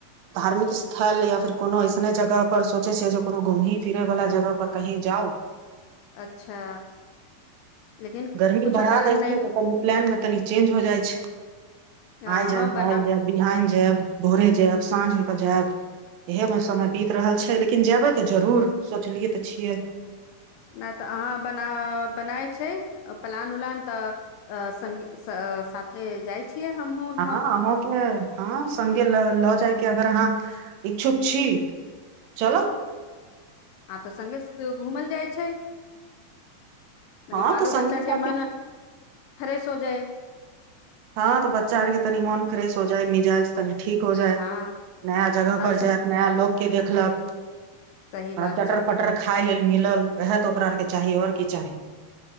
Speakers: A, on the right (about 85°); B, on the left (about 80°).
A: धार्मिक स्थल या फेर कोनो अइसने जगहपर सोचै छियै जे कोनो घूमी फिरयवला जगहपर कहीँ जाउ
B: अच्छा लेकिन
A: गर्मी
B: कुछो
A: बढ़ा
B: प्लान
A: दै छै
B: नहि
A: तऽ कनि प्लान मे तनि चेंज हो जाइ छै
B: अहाँ
A: आइ जायब
B: बना
A: काल्हि जायब बिहान जायब भोरे जायब साँझ होइ कऽ जायब इएहमे समय बीत रहल छै लेकिन जेयबै तऽ जरूर सोचलियै तऽ छियै
B: नहि तऽ अहाँ बना बनाय छै प्लान- उलान तऽ संगीऽ साथे जाइ छियै हमहूँ
A: अहाँ
B: हम
A: अहु के अहाँऽ संगे लऽ ल जायके अगर अहाँ इच्छुक छी चलउ
B: आ तऽ सङ्गे घूमल जाइ छै कने
A: हाँ
B: बालो
A: तऽ संगी
B: बच्चा
A: साथी
B: के मन फ्रेश हो जाए
A: हँ त बच्चा आरके तनी मोन फ्रेश हो जाए मिजाज तनी ठीक हो जाय
B: हँ
A: नया जगह
B: अच्छा
A: पर जाय नया लोक के देखलक
B: सही
A: ह
B: बात
A: चटर
B: छै
A: पटर खाय लेल मिलल ओहेय तऽ ओकरा आरके चाही आओर की चाही